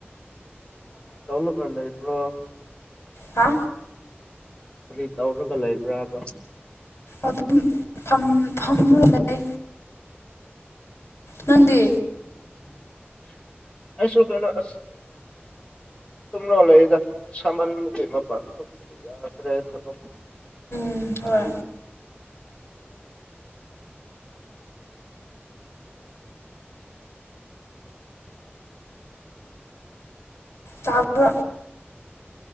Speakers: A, on the left; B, on the left.
A: ꯇꯂ ꯈꯔ ꯂꯩꯕ꯭ꯔꯣ
B: ꯍꯥ
A: ꯀꯔꯤ ꯇꯧꯔꯒ ꯂꯩꯕ꯭ꯔꯥꯕ
B: ꯑꯗꯨꯝ ꯐꯝ ꯐꯝ ꯂꯩꯦ ꯅꯗꯤ
A: ꯑꯁꯨꯣ ꯀꯩꯅꯩꯅꯣ ꯑ ꯁꯨꯝ ꯂꯣꯜꯂꯛꯦꯗ ꯁꯥꯃꯟ ꯃꯀꯠ ꯃꯄꯥꯟ ꯊꯣꯛꯄꯁꯨ ꯌꯥꯗ꯭ꯔꯦ ꯊꯕꯛ
B: ꯎ ꯍꯣꯏ ꯆꯥꯕ